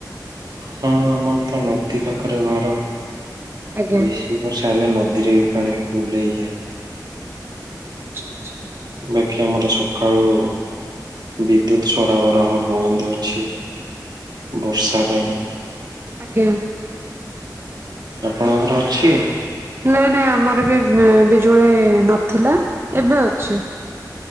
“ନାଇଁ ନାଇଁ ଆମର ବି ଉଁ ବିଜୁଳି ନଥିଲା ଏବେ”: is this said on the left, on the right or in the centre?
Right